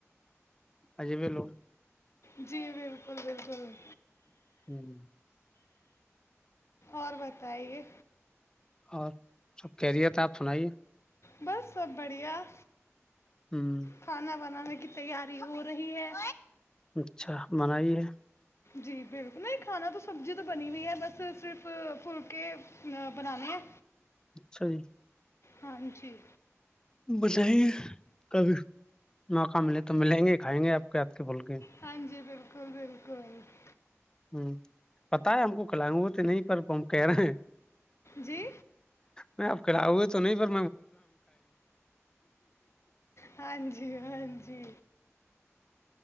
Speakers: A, on the left; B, on the left.
A: اجے بھی لو
B: جی بالکل بالکل
A: ہوں
B: اور بتائیے
A: اور سب کہرییے تھا آپ سنائیے
B: بس سب بڑھیا
A: ہ
B: کھانا بنانے کی تیاری ہو رہی ہے
A: اچھا منائی ہے
B: جی بالکل نہیں کھانا تو سبزی تو بنی ہوئی ہے بس صرف فلکے بنانے ہیں
A: اچھا جی
B: ہاں جی
A: بتائیے کبھی موقع ملے تو ملیں گے کھائیں گے آپ کے کے پھول کے
B: ہاں جی بالکل بالکل بالکل <inaudible>
A: ہ پتا ہے ہم کو کھلائیں گے وہ تو نہیں پر ہم کہہ رہے ہیں
B: جی
A: میں کا ہوئے تو نہیں پتا
B: ہاں جی ہاں جی